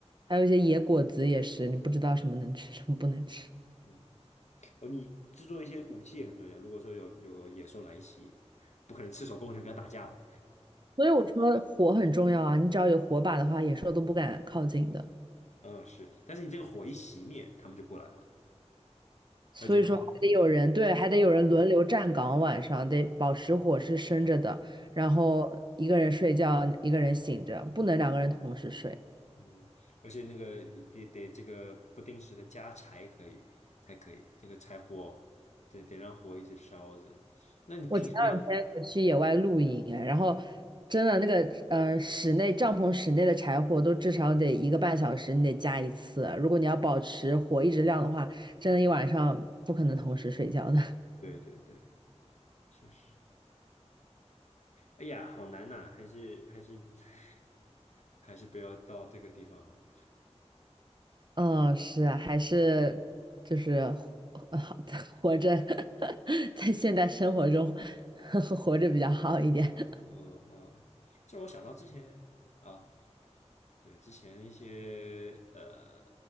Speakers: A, on the right; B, on the left.
A: 还有一些野果子也是，你不知道什么能吃，什么不能吃。
B: 嗯，哦，你制作一些武器也很重要，如果说有有野兽来袭，不可能赤手空拳跟他打架了，
A: 所以我说火很重要啊，你只要有火把的话，野兽都不敢靠近的。
B: 嗯是，但是你这个火一熄灭，他们就过来了，
A: 所以说还得有人，
B: 他就觉得。
A: 对，还得有人轮流站岗，晚上得保持火是生着的，然后一个人睡觉，一个人醒着，不能两个人同时睡。
B: 嗯，而且那个得得这个不定时的加柴可以才可以，这个柴火得得让火一直烧着。那你平时要，
A: 我前两天有去野外露营哎，然后真的那个呃室内帐篷室内的柴火都至少得一个半小时，你得加一次。如果你要保持火一直亮的话，真的一晚上不可能同时睡觉的。
B: 对对对，确实。哎呀，好难呐、还是还是 <laughs> 还是不要到这个地方好了。
A: 嗯，是啊，还是就是活 <laughs> 活着，<laughs> 在现代生活中 <laughs> 活着比较好一点。<laughs>
B: 嗯嗯，这让我想到之前啊，对，之前一些呃，